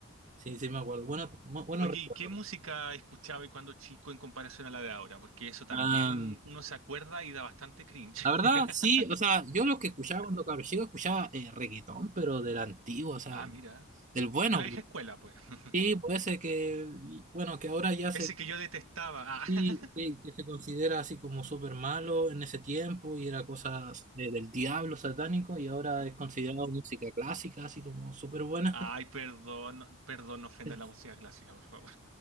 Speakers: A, on the right; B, on the right.
A: sí, sí me acuerdo. Bueno, bu- buenos
B: Oye,
A: recuerdos.
B: ¿y qué música escuchaba y cuando chico en comparación a la de ahora? Porque eso también
A: Ah,
B: uno se acuerda y da bastante cringe.
A: La verdad,
B: <laughs>
A: sí, o sea, yo lo que escuchaba cuando cabro chico escuchaba eh, reggaetón, pero del antiguo, o sea,
B: Ah, mira.
A: del bueno.
B: De la vieja escuela, pues. <laughs>
A: Y puede ser que, bueno, que ahora ya
B: Ese
A: se,
B: que yo detestaba. Ah.
A: sí, sí, que se considera así como súper malo en ese tiempo y era cosas de- del diablo satánico y ahora es considerado música clásica, así como súper
B: <laughs>
A: buena.
B: Ay, perdón, perdón, no ofenda
A: <laughs>
B: la música clásica, por favor.